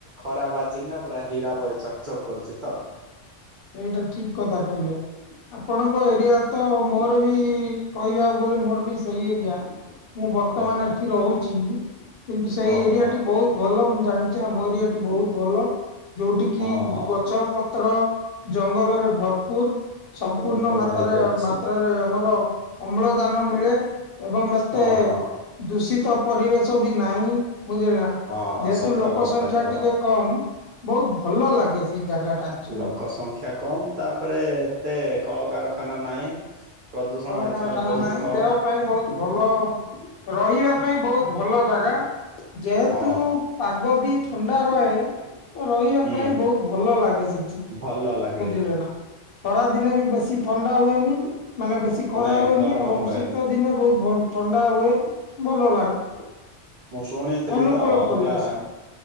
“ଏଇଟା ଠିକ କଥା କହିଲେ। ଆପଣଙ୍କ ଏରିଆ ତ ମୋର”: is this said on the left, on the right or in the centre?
Left